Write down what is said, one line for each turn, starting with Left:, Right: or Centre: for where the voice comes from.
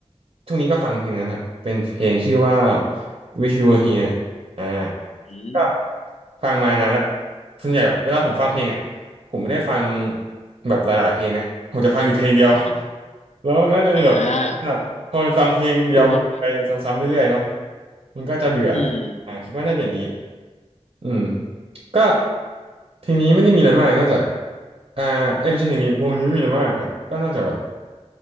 Right: ช่วงนี้ก็ฟังเพลงนั้นครับเป็นเพลงชื่อว่า Wish You Were Here อ่า
Left: อืม
Right: ก็ฟังมานานแล้วส่วนใหญ่เวลาผมฟังเพลงอ่ะผมไม่ได้ฟังแบบหลายๆเพลงนะผมจะฟังอยู่เพลงเดียว
Left: ครับผม
Right: <laughs> แล้วน่าจะเป็นแบบ
Left: อ่า
Right: พอมันฟังเพลงเดียวไปซ้ำๆเรื่อยๆเนาะ
Left: วนๆกัน
Right: มันก็จะเบื่อ
Left: อืม
Right: อ่าคิดว่าน่าจะเป็นอย่างนี้ อืมก็เพลงนี้ไม่ได้มีอะไรมากนอกจากอ่าเอ้ยไม่ใช่เพลงนี้วงนี้ไม่มีอะไรมากครับก็นอกจากแบบ